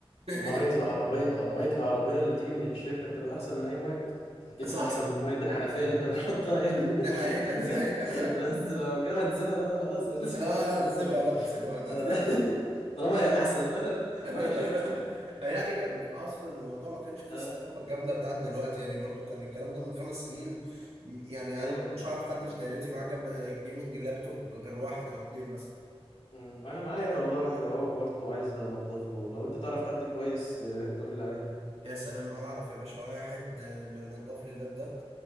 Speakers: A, on the right; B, on the left.
A: <laughs>
B: مية العربية آه، مية العربية اللي بتيجي من الشركة بتبقى أحسن من أي مية بت- أكيد
A: صح
B: بقى أحسن من مية الحنفية اللي إحنا بنحطها يعني
A: دي
B: <laughs>
A: حقيقة دي حقيقة
B: بس لو كده هنسيبها بقى خلاص هنسيبها
A: اه
B: لغاية ما
A: سيبها
B: نموت يعني.
A: بقى سيبها وانا
B: آه. <laughs> طالما هي احسن <laughs>
A: <laughs>
B: روح الشركه
A: يعني كان اقصد ان الموضوع ما كانش فيه
B: اه
A: الثقافه الجامده بتاعت دلوقتي يعني برضو كان الكلام ده من خمس سنين يعني
B: ايوه
A: انا ما كنتش
B: ايوه
A: اعرف حد في دايرتي معاه جنب جيمنج لابتوب غير واحد او اتنين مثلا
B: أمم. وانا معايا والله واحد اهو برضه عايز انضفه لو انت تعرف حد كويس يا ريت تقول لي عليه
A: يا سلام اعرف يا باشا واحد آه، اللي نضف لي اللاب ده